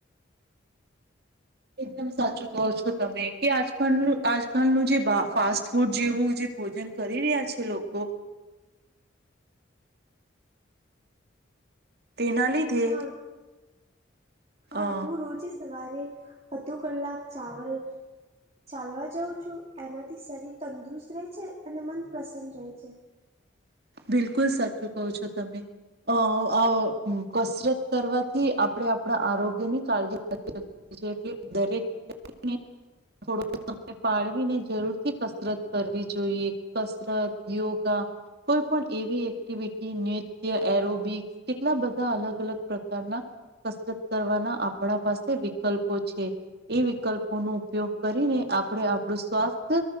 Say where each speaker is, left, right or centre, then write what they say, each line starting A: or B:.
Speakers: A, on the right (about 55°); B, on the right (about 35°).
A: એકદમ સાચું કહો છો તમે. કે આજકાલનું આજકાલનું જે ફાસ્ટ ફૂડ જેવું જે ભોજન કરી રહ્યા છે લોકો તેના લીધે
B: હા હા
A: અ
B: હું રોજે સવારે અડધો કલાક ચાવલ ચાલવા જાઉં છું. એનાથી શરીર તંદુરસ્ત રહે છે. અને મન પ્રસન્ન રહે છે.
A: બિલકુલ સાચું કહો છો તમે. અ આ કસરત કરવાથી આપણે આપણા આરોગ્ય ની કાળજીએ જે કે દરેક <unintelligible> થોડો સમય પાળવીને જરૂર થી કસરત કરવી જોઈએ. કસરત, યોગા કોઈ પણ એવી એક્ટિવિટી નિત્ય એરોબિક્સ કેટલા બધા અલગ અલગ પ્રકારના કસરત કરવાના આપણા પાસે વિકલ્પો છે એ વિકલ્પો ન ઉપયોગ કરીને આપણે આપણું સ્વાસ્થ્ય